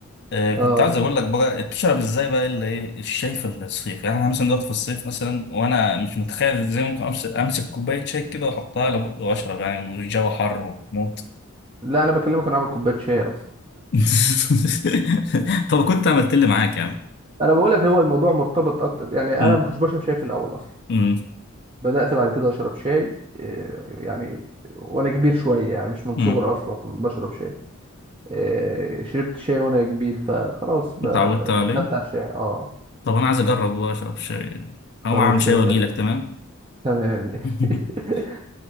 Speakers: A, on the left; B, on the right.
A: آه، كنت
B: اه
A: عايز اقول لك بقى بتشرب ازاي بقى اللي ايه الشاي في الصيف يعني انا مثلا دلوقتي في الصيف مثلا وانا مش متخيل ازاي ممكن امسك امسك كوبايه شاي كده واحطها على بقي واشرب يعني والجو حر وموت
B: لا انا بكلمك انا عامل كوبايه شاي اصلا
A: <laughs> طب كنت عملت لي معاك يا عم
B: انا بقول لك هو الموضوع مرتبط اكتر يعني
A: م-
B: انا ما كنتش بشرب شاي في الاول اصلا
A: م-
B: بدات بعد كده اشرب شاي آه، يعني وانا كبير شويه يعني مش من
A: م.
B: صغري اصلا بشرب شاي آه، شربت شاي وانا كبير فخلاص بقى
A: اتعودت عليه
B: خدت على الشاي اه
A: طب انا عايز اجرب واشرب شاي
B: خلاص
A: او اعمل
B: باشا
A: شاي واجي
B: باشا
A: لك تمام
B: تمام ماشي
A: <laughs>
B: <laughs>